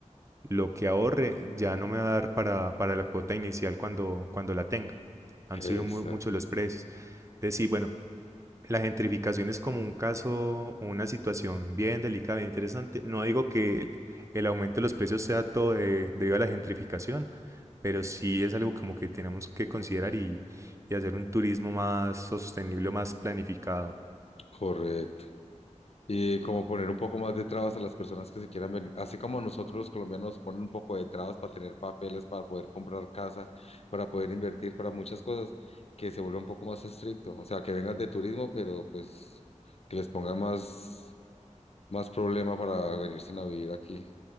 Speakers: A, on the right; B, on the left.
A: lo que ahorre ya no me va a dar para, para la cuota inicial cuando, cuando la tenga. Han subido
B: Exacto,
A: mu- mucho los precios. Entonces, sí, bueno, la gentrificación es como un caso o una situación bien delicada, bien interesante. No digo que el, el aumento de los precios sea todo de- debido a la gentrificación, pero sí es algo como que tenemos que considerar y, y hacer un turismo más sostenible, más planificado.
B: correcto. Y como poner un poco más de trabas a las personas que se quieran venir, así como nosotros los colombianos ponen un poco de trabas para tener papeles, para poder comprar casa, para poder invertir, para muchas cosas, que se vuelva un poco más estricto. O sea, que vengan de turismo, pero pues que les ponga más, más problema para venirse a vivir aquí,